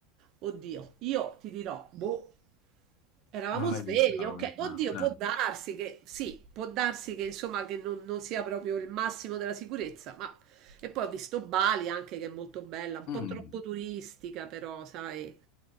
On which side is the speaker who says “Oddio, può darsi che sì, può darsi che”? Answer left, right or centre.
Right